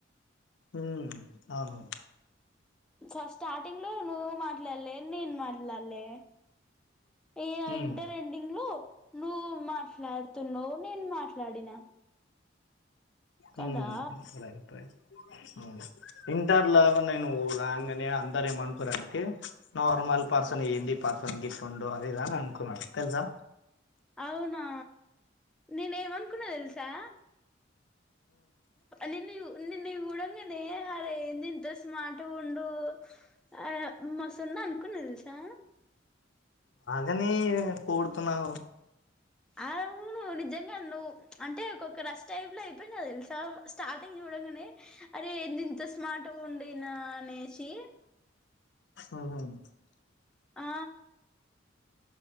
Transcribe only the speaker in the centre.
ఫస్ట్ స్టార్టింగ్ లో నువ్ మాట్లాడలే నేను మాట్లాడలే ఈగ
ఇంటర్ ఎండింగ్ లో నువ్వు మాట్లాడుతున్నావు్ నేను మాట్లాడినా
కదా
అవునా నేను ఏమనుకున్నా తెల్సా నిన్న నిన్ను చూడంగనే అరే ఏందీ ఇంత స్మార్ట్ గా ఉండు ఆ మస్ స్తున్నా అనుకున్న తెలుసా
ఆవును నిజంగా నువ్ అంటే ఒకోక్క రష్ టైప్ లో అయిపోయినావ్ తెలుసా స్టార్టింగ్ చూ చూడంగానే అరే ఎంది ఇంత స్మార్ట్గా ఉండేనా అనేసి
ఆ